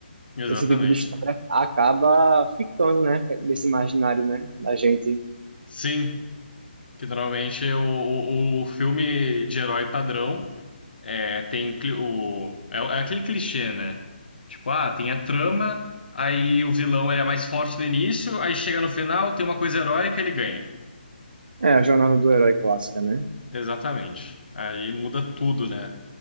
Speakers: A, on the left; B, on the right.
A: Exatamente.
B: esse tipo de história acaba ficando, né? Nesse imaginário, né? Da gente.
A: Sim, que normalmente o, o, o filme de herói padrão é, tem o, cli- o. É, é aquele clichê, né? Tipo, ah, tem a trama, aí o vilão ele é mais forte no início, aí chega no final, tem uma coisa heróica ele ganha.
B: É a jornada do herói clássica, né?
A: Exatamente. Aí muda tudo, né?